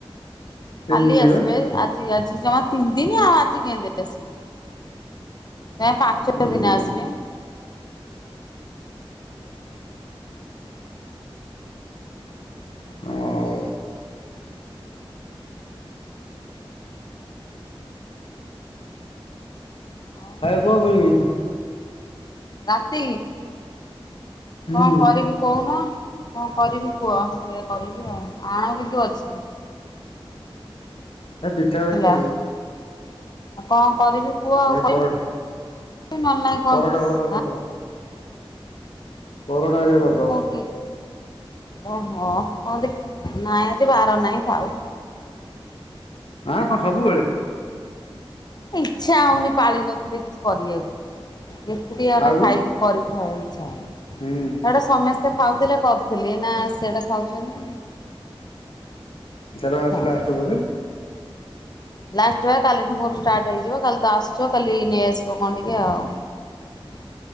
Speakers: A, on the left; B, on the left.
A: ତିନି
B: କାଲି
A: ଦିନ
B: ଆସିବେ।
A: ବା
B: ଆଜି ଆଜି ଜମା ତିନିଦିନି ଆଉ ଆଜି କେମିତି ଆସିବେ। ଯାଇକି ପାଞ୍ଚ
A: ହୁଁ
B: ଦିନେ ଆସିବେ।
A: ହଉ।
B: <unintelligible>
A: <unintelligible>
B: ରାତି,
A: ହୁଁ
B: କଣ କରିବି କହୁନ। କଣ କରିବି କୁହ ସେୟଆ କରିବି ଆଉ। ଆଣ କିନ୍ତୁ ଅଛି।
A: ହେ ପିଠା ଗୁରା
B: ହେଲା।
A: କିଏ ଖାଉଚି।
B: ଆଉ କଣ କରିବି? କୁହ ଆଉ
A: ଏ
B: କହିବି
A: ପରଟା
B: ନହେଲେ ନାଇଁ କଣ
A: ପରଟା ଫରଟା କରିଦବ
B: ଆଁ।
A: ପରଟା ହେରିକା
B: ଆଉ
A: କରିଦବ
B: <unintelligible> ଓହୋ। କଣ ଦେଖ ନାଇଁ ଆଜି ବାର ନାହିଁ ଥାଉ।
A: ଆଁ କଣ ସବୁବେଳେ?
B: ଇଚ୍ଛା ହଉନି ପାଳି ନଥିଲେ କିଛି କରିବାକୁ। ଏକୁଟିଆ ଟା
A: ଆଉ
B: ଖାଇକି କରିକି ଖାଇବାକୁ ଇଚ୍ଛା ହଉନି। ହେ
A: ହୁଁ
B: ଗୋଟେ ସମେସ୍ ସ୍ତେ ଖାଉଥିଲେ କରୁଥିଲି। ଏଇନା ସିଆଡେ ଖାଉଛନ୍ତି।
A: <unintelligible>
B: ଇଚ୍ଛା
A: ଆଜିି
B: ହଉନି।
A: ଲାଷ୍ଟ ବୋଧେ?
B: ଲାଷ୍ଟ ବା କାଲିଠୁ ମୋର ଷ୍ଟାର୍ଟ ହେଇଯିବ। କାଲି ତ ଆସୁଚ କାଲି ନେଇ ଆସିବ କଣ ଟିକେ ଆଉ।